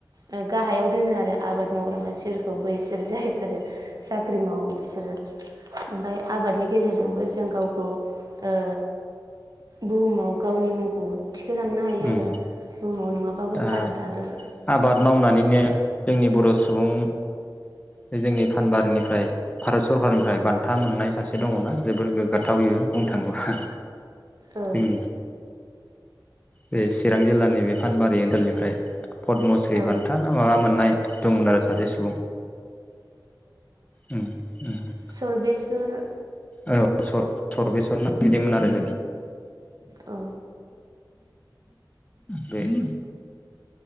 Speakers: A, on the right; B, on the left.
A: ओ गाहायाव दोनो आरो आबाद मावग्रा मानसिफोरखौ बैसोरो जायफोरो साख्रि मावो बिसोरो ओमफाय आबादनि गेजेरजोंबो जों गावखौ ओ बुहुमाव गावनि मुंखौ थिखो लांनो हायो
B: उम
A: आरो बुहुमाव नङाबाबो
B: दा
A: भारत हादर
B: आबाद <unintelligible> जोंनि बर' सुबुं बे जोंनि फानबारिनिफ्राय भारत सरकारनिफ्राय बान्था मोननाय सासे दङना? जोबोर गोग्गाथावयो बुंनो थाङोब्ला
A: औ
B: जोंनि बे चिरां जिल्लानि बे फानबारि ओनसोलनिफ्राय पदमश्री
A: औ
B: बान्था ना माबा मोननाय दंमोन आरो सासे सुबुं उम उम
A: सरबेसर
B: औ सर सरबेसर ना बिदिमोन आरो <inaudible> <inaudible>
A: औ
B: बे <inaudible>